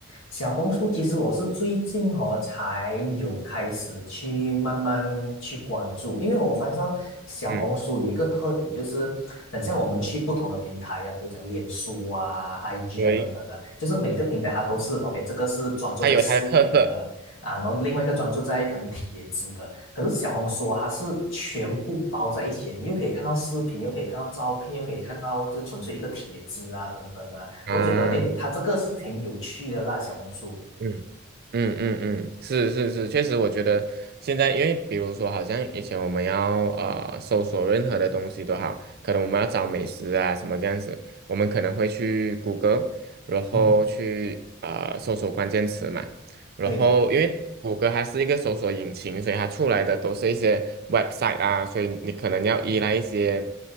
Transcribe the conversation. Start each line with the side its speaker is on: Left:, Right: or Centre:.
Left: 小红书其实我是最近哦才有开始去慢慢去关注，因为我发现到小红书有一个特点，
Right: 嗯，
Left: 就是很像我们去不同的平台呀、比如讲脸书啊、IG
Right: 对，
Left: 啊等等啊，就是每个平台它都是 OK，这个是专注在视频的啊，
Right: 它有它的特色
Left: 然后另外一个专注在可能帖子的，可是小红书啊它是全部包在一起的你又可以看到视频，又可以看到照片，又可以看到就纯粹一个帖子啊等等啊。
Right: 啊，
Left: 我觉得诶，它这个是挺有趣的啦，小红书。
Right: 嗯。嗯嗯嗯，是是是，确实，我觉得现在，因为比如说，好像以前我们要呃搜索任何的东西都好，可能我们要找美食啊什么这样子，我们可能会去谷歌，然后去呃搜索关键词嘛，
Left: 嗯
Right: 然后因为谷歌它是一个搜索引擎，
Left: 对，
Right: 所以它出来的都是一些 website 啊，所以你可能要依赖一些